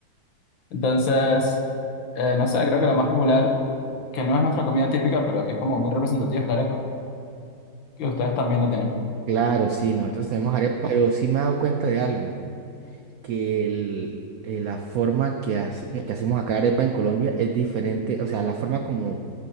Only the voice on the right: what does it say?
Claro, sí, nosotros tenemos arepa, pero sí me he dado cuenta de algo. que el- eh, la forma que, hace, que hacemos acá arepa en Colombia es diferente, o sea, la forma como